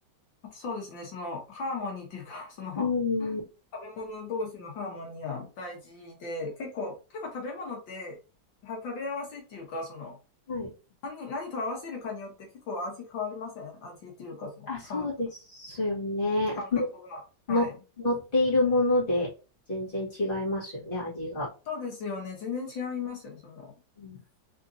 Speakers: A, on the left; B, on the left.
A: あとそうですね、そのハーモニーっていうか、<laughs> その
B: うん。
A: 食べ物同士のハーモニーは大事で、結構、結構食べ物って、は食べ合わせっていうか、その、
B: はい。
A: 何、何と合わせるかによって結構味変わりません味っていうか、その感、
B: あ、そうですよね。
A: 感覚が。
B: の、
A: はい。
B: 乗っているもので全然違いますよね、味が。
A: そうですよね。全然違いますよね。その、
B: うん、